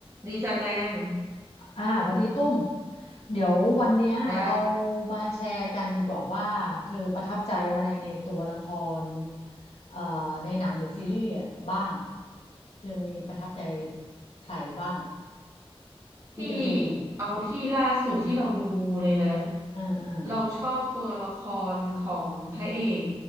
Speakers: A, on the right (about 30°); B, on the left (about 80°).
A: ดีจ้าแจ้ง
B: อ่าวันนี้ตุ้มเดี๋ยววันเนี้ยเรา
A: จ้า
B: มาแชร์กันดีกว่าว่าเธอประทับใจอะไรในตัวละครเอ่อในหนังหรือซีรีส์อะบ้างเธอมีประทับใจใครบ้างที่เธอเคยดู
A: ที่เอาที่ล่าสุดที่เราดูเลยนะ
B: อ่าอ่า
A: เราชอบตัวละครของพระเอก